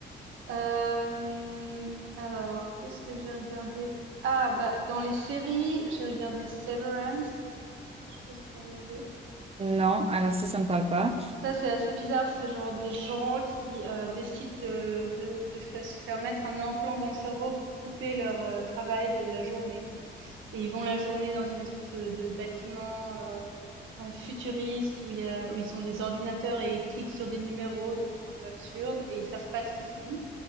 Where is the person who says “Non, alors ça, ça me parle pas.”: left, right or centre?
Right